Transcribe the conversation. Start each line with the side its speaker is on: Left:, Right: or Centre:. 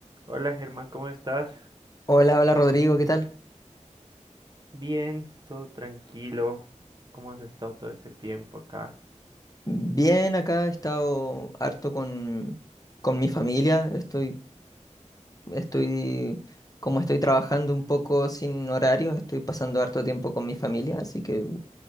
Right: Hola Germán, ¿cómo estás?
Left: Hola, hola Rodrigo, ¿qué tal?
Right: Bien, todo tranquilo. ¿Cómo has estado todo este tiempo acá?
Left: Bien, acá he estado harto con, con mi familia. Estoy, estoy, como estoy trabajando un poco sin horario, estoy pasando harto tiempo con mi familia, así que,